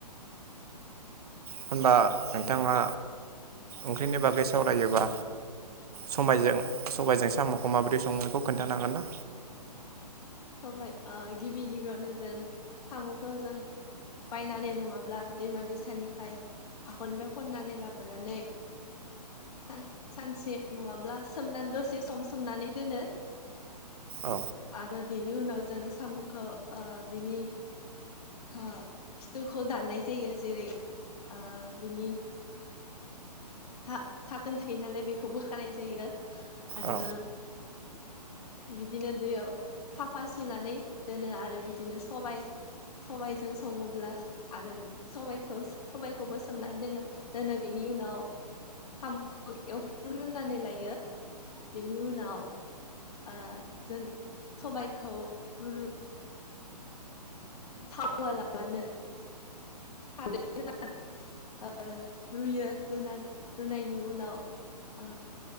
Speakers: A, on the right; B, on the left.
A: होनबा नोंथाङा ओंख्रिनि बागै सावरायोबा सबायजों
B: औ
A: सबायजों स साम'खौ माबोरै सङो बेखौ खोन्थानो हागोन ना?
B: सबाय आ गिबि गिबियावनो जों साम'खौ जों बायनानै नङाब्ला दैमा दैसानिफ्राय हाखरनिफ्राय खननानै लाबोनानै सान सानसे नङाब्ला सोमनानै दसे सम सोमनानै दोनो
A: औ
B: आरो बिनि उनाव जों साम'खो ओ बिनि हा खिथुखौ दाननाय जायो जेरै आ बिनि था थागोन थायो नालाय बेखौ बोखानाय जायो आरो
A: औ
B: बिदिनो दैयाव साफा सुनानै दोनो आरो बिदिनो सबाइ सबाइजों सङोब्ला आरो सबखौ सबायखौबो सोमनानै दोनो दोनो बिनि उनाव साम'खौ एवफ्राम ग्रोनानै लायो बेनि उनाव ओ जों सबायखौ रु थाव होवा लाबानो खारै होनानै ओ रुयो रुनानै रुनायनि उनाव आ